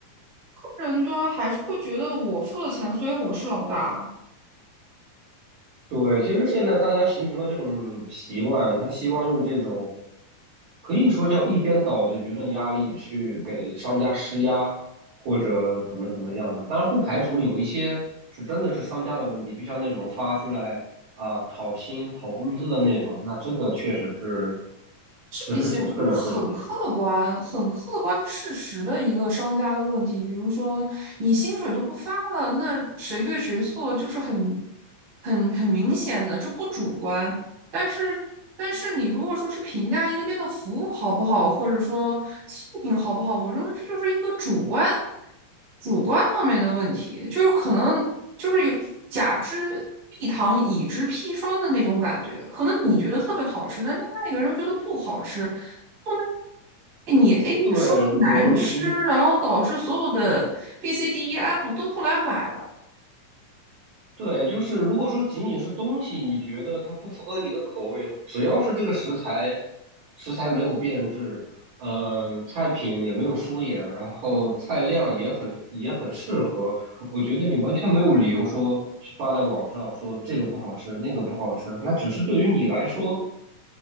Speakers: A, on the right (about 40°); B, on the right (about 60°).
A: 人端还是会觉得我付了钱，所以我是老大。
B: 对，其实现在大家形成的这种习惯，他希望用这种可以说叫一边倒的舆论压力去给商家施压，或者怎么怎么样的。当然，不排除有一些是真的是商家的问题，就像那种发出来啊、讨薪、讨工资的那种，那这个确实是实事求是的事情。
A: 这些就是很客观、很客观事实的一个商家的问题。比如说，你薪水都不发了，那谁对谁错就是很、很、很明显的，这不主观。但是，但是你如果说是评价一个店的服务好不好，或者说素品好不好，我认为这就是一个主观、主观方面的问题，就是可能就是有甲之蜜糖，乙之砒霜的那种感觉。可能你觉得特别好吃，但另外一个人觉得不好吃，不能你 A
B: 对，
A: 说难吃，
B: 我如果
A: 然后导致所有的 B、C、D、E、F 都不来买了。
B: 对，就是如果说仅仅是东西，你觉得它不符合你的口味，只要是这个食材，食材没有变质，嗯、菜品也没有敷衍，然后菜量也很也很适合，我觉得你完全没有理由说是发在网上说这个不好吃，那个不好吃，那只是对于你来说